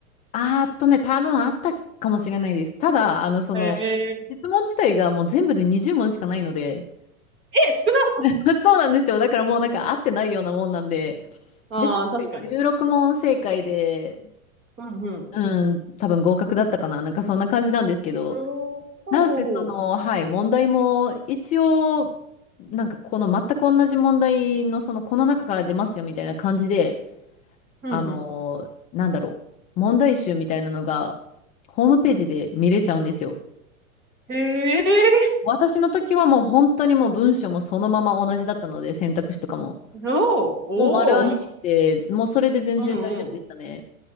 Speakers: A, on the left; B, on the right.
A: あーっとね、多分あったかもしれないです。ただ、あのその、
B: へえ。
A: 質問自体がもう全部で20問しかないので、
B: うん。え、少な
A: <laughs> そうなんですよ。だからもうなんか合ってないようなもんなんで。
B: ああー、
A: で、確かに16問正解で、
B: 確かに。うんうん。
A: うん、多分合格だったかな。なんかそんな感じなんですけど、
B: おー、ほうほうほ
A: なんせその、はい、問題も一応、なんかこの全く同じ問題のその、この中から出ますよみたいな感じで、
B: う。
A: あの、
B: うんうん。
A: なんだろう、問題集みたいなのが、ホームページで見れちゃうんですよ。
B: うん。へえ。
A: 私の時はもう本当にもう文章もそのまま同じだったので、選択肢とかも。
B: おー、おー。
A: もう丸暗記して、もうそれで全然大丈夫でしたね。
B: うんうん。